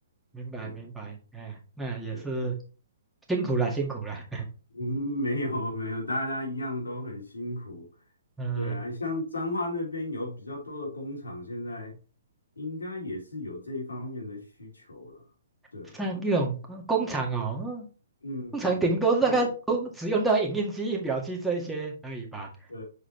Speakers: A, in the centre; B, on the left.
A: 明白明白，
B: 对
A: 哎、那也是
B: 对。
A: 辛苦了辛苦了，
B: 嗯，没有没有，大家一样都很辛苦。
A: <laughs> 嗯、
B: 对啊，像彰化那边有比较多的工厂，现在应该也是有这一方面的需求了。对，
A: 像这种工工厂哦，
B: 嗯嗯，
A: 工厂顶多大概都只用到影印机、
B: 对
A: 印表机这一些而已吧。
B: 对，